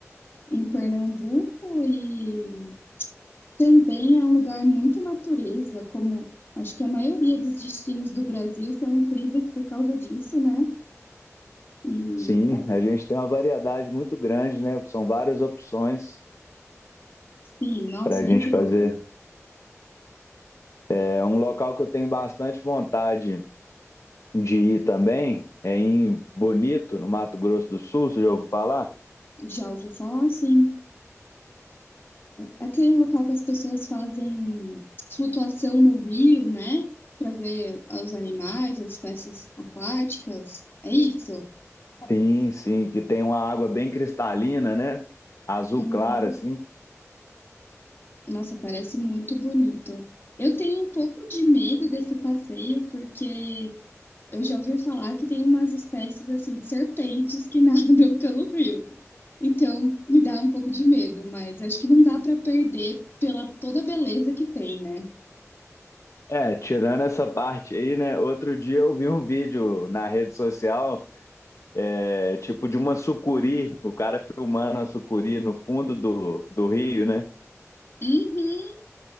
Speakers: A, on the left; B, on the left.
A: Em Pernambuco e também é um lugar muito natureza, como acho que a maioria dos destinos do Brasil são incríveis por causa disso, né? E
B: sim,
A: é,
B: a gente tem uma variedade muito grande, né? São várias opções
A: sim, nossa,
B: para a gente
A: é incrível.
B: fazer. É um local que eu tenho bastante vontade de ir também, é em Bonito, no Mato Grosso do Sul, você já ouviu falar?
A: Já ouvi falar assim. É aquele local que as pessoas fazem flutuação no rio, né? Para ver os animais, as espécies aquáticas. É isso?
B: Sim, sim, que tem uma água bem cristalina, né? Azul
A: Uhum.
B: clara, assim.
A: Nossa, parece muito bonito. Eu tenho um pouco de medo desse passeio, porque eu já ouvi falar que tem umas espécies assim de serpentes que <laughs> nadam pelo rio. Então, me dá um pouco de medo, mas acho que não dá para perder pela toda a beleza que tem, né?
B: É, tirando essa parte aí, né? Outro dia eu vi um vídeo na rede social, é, tipo de uma sucuri, o cara filmando a sucuri no fundo do, do rio, né?
A: Uhum.